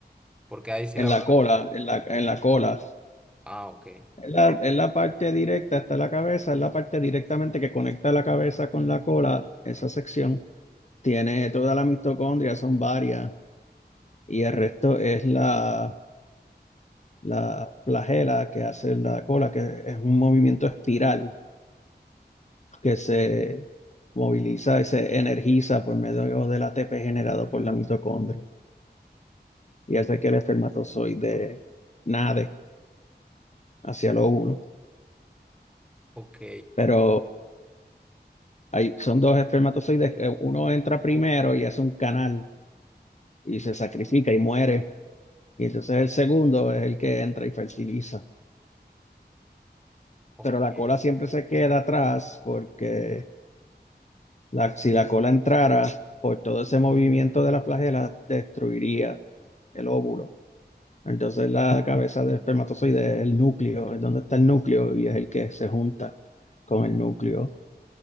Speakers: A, in the centre; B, on the left.
A: Porque ahí sí
B: en
A: la
B: la
A: verdad
B: cola, en la,
A: de
B: en
A: piel.
B: la cola.
A: Ah, ok,
B: Es la, es la parte directa hasta la cabeza, es la parte directamente que conecta la cabeza con la cola, esa sección. Tiene toda la mitocondria, son varias, y el resto es la, la flagela que hace la cola, que es un movimiento espiral que se moviliza y se energiza por medio del ATP generado por la mitocondria y hace que el espermatozoide nade hacia lo uno.
A: ok,
B: Pero Hay, son dos espermatozoides, eh, uno entra primero y hace un canal y se sacrifica y muere, y entonces el segundo es el que entra y fertiliza.
A: ok.
B: Pero la cola siempre se queda atrás porque la- si la cola entrara, por todo ese movimiento de la flagela, destruiría el óvulo. Entonces la cabeza del espermatozoide es el núcleo, es donde está el núcleo y es el que se junta con el núcleo